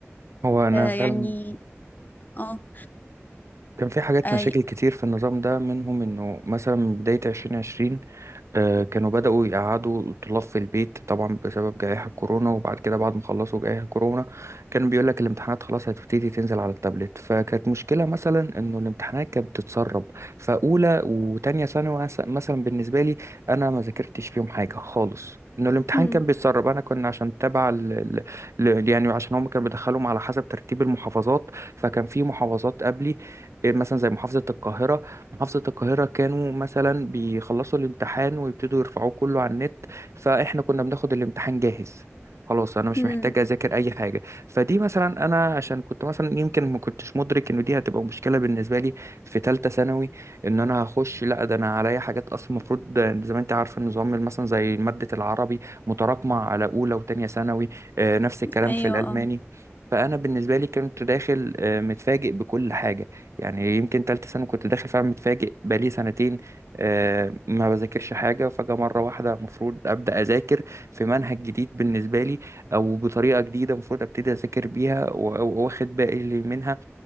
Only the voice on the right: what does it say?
هو انا
فعلا
كان في حاجات
مشاكل كتير في النظام ده منهم انه مثلا من بداية 2020 آه، كانوا بدأوا يقعدوا الطلاب في البيت طبعا بسبب جائحة كورونا وبعد كده بعد ما خلصوا جائحة كورونا كان بيقول لك الامتحانات خلاص هتبتدي تنزل على التابلت فكانت مشكلة مثلا انه الامتحانات كانت بتتسرب فأولى وتانية ثانوي مس- مثلا بالنسبة لي انا ما ذاكرتش فيهم حاجة خالص انه الامتحان
كان بيتسرب انا كنا عشان تبع ال... ال... ل- يعني عشان هم كانوا بيدخلهم على حسب ترتيب المحافظات فكان في محافظات قبلي إيه، مثلا زي محافظة القاهرة محافظة القاهرة كانوا مثلا بيخلصوا الامتحان ويبتدوا يرفعوه كله على النت فإحنا كنا بناخد الامتحان جاهز خلاص أنا مش
محتاج أذاكر أي حاجة فدي مثلا أنا عشان كنت مثلا يمكن ما كنتش مدرك إن دي هتبقى مشكلة بالنسبة لي في تالتة ثانوي إن أنا هخش لا ده أنا عليا حاجات أصلا المفروض زي ما أنت عارف النظام مثلا زي مادة العربي متراكمة على أولى وتانية ثانوي آه، نفس الكلام
في الألماني
فأنا بالنسبة لي كنت داخل آه، متفاجئ بكل حاجة يعني يمكن تالتة سنة كنت داخل فعلا متفاجئ بقالي سنتين آه، ما بذاكرش حاجة فجأة مرة واحدة المفروض أبدأ أذاكر في منهج جديد بالنسبة لي أو بطريقة جديدة المفروض أبتدي أذاكر بيها و- و- وأخد بالي منها